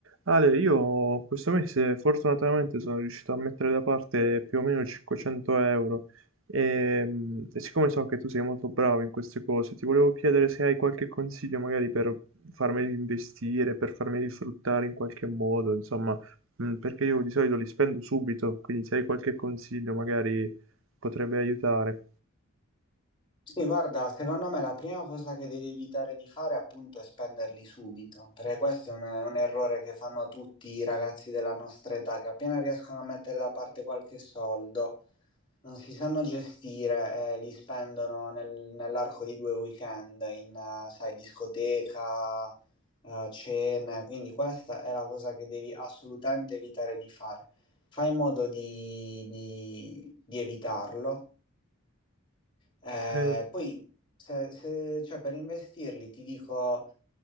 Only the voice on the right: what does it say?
Ale, io questo mese fortunatamente sono riuscito a mettere da parte più o meno 500 euro e, mm, e siccome so che tu sei molto bravo in queste cose, ti volevo chiedere se hai qualche consiglio magari per farmeli investire, per farmeli fruttare in qualche modo, insomma, mm, perché io di solito li spendo subito, quindi se hai qualche consiglio magari potrebbe aiutare.
Eh,